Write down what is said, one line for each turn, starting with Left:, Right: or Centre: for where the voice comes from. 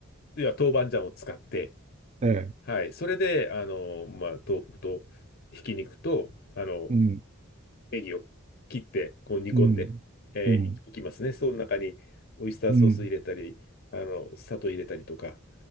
Left: いや、豆板醤を使って、
Right: ええ、
Left: はい。それで、あの、まあ、豆腐と、ひき肉と、あの、
Right: うん、
Left: ネギを切って、こう煮込んで、
Right: うん、
Left: えーいいきますね。
Right: うん、
Left: その中にオイスターソース入れたり、
Right: うん、
Left: あの、砂糖入れたりとか、